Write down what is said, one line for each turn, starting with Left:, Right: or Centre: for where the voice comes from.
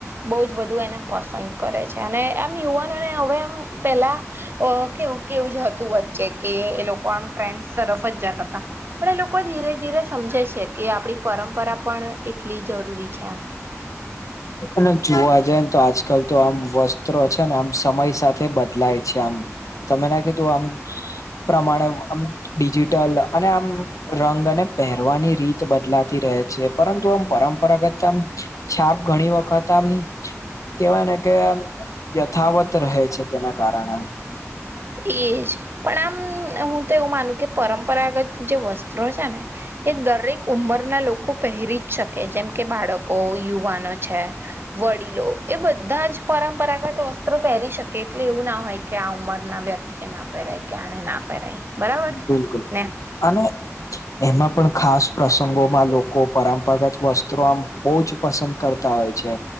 Right: બહુ જ બધું એને પસંદ કરે છે, અને આમ યુવાનોને હવે આમ પેલા કેવું કેવું જ હતું વચ્ચે કે એ લોકો આમ ટ્રેન્ડસ તરફ જ જતા હતા, પણ એ લોકો ધીરે-ધીરે સમજે છે, કે આપડી પરંપરા પણ એટલી જરૂરી છે.
Left: અને જોવા જાય ને તો આજકાલ તો આમ વસ્ત્રો છે ને આમ સમય સાથે બદલાય છે આમ. તમે ના કીધું આમ પ્રમાણેમ ડિજિટલ અને આમ રંગ અને પહેરવાની રીત બદલાતી રહે છે. પરંતુ આમ પરંપરાગત આમ છાપ ઘણી વખત આમ કેવાય ને કેમ યથાવત રહે છે તેના કારણે.
Right: એજ, પણ આમ હું તો એવું માનું કે પરંપરાગત જે વસ્ત્રો છે ને એ દરેક ઉંમરના લોકો પહેરી જ શકે, જેમ કે બાળકો, યુવાનો છે, વડીલો. એ બધા જ પરંપરાગત વસ્ત્રો પહેરી શકે એટલે એવું ના હોય કે આ ઉંમર ના વ્યક્તિએ ના પેરાય કે આણે ના પહેરાય બરાબર
Left: બિલકુલ,
Right: ને
Left: અને એમાં પણ ખાસ પ્રસંગોમાં લોકો પરંપરાગત વસ્ત્રો આમ બઉ જ પસંદ કરતા હોય છે.